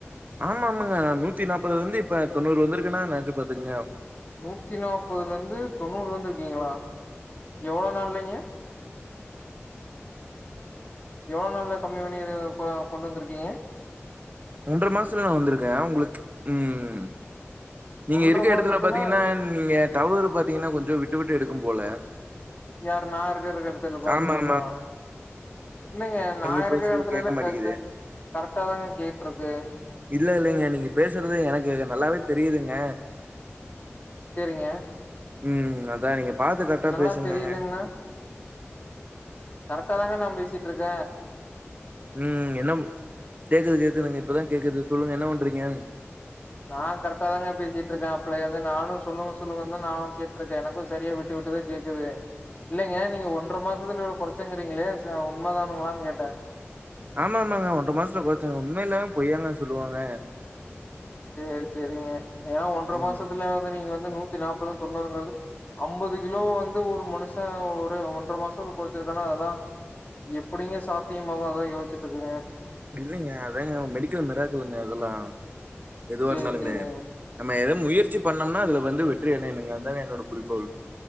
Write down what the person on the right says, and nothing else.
ஆமா ஆமாங்க நூத்தி நாப்பதுலருந்து இப்ப தொண்ணூறு வந்துருக்குன்னா நனச்சி பாத்துக்குங்க
ஒன்ற மாசத்துல நா வந்திருக்க ஒங்களுக் ம் நீங்க
இருக்குற
எடத்துல பாத்தீங்கன்னா இங்க டவரு பாத்தீங்கன்னா கொஞ்சோ விட்டு விட்டு எடுக்கும்போல
ஆமா ஆமா
நீங்க
பேசுறது
கேக்க மாட்டேங்குது
இல்ல இல்லங்க நீங்க பேசுறது எனக்கு நல்லாவே தெரியுதுங்க
ம் ம் அதா நீங்க பாத்து கரெக்டா
பேசுங்க
க
ம் என்ன கேக்குது கேக்குதுங்க இப்பதா கேக்குது சொல்லுங்க என்ன பண்றீங்க
ஆமா ஆமாங்க ஒன்ற மாசத்துல கொறைச்சேங்க உண்ம இல்லாம பொயாங்க சொல்லுவாங்க
ம்
இல்லைங்க அதாங்க மெடிக்கல் மிரக்கலுங்க அதெல்லா எதுவா
இருந்தாலுமே
நம்ம எதுவு முயற்சி பண்ணோம்னா அதுல வந்து வெற்றி அடையுனுங்க அதாங்க என்னோட குறிக்கோள்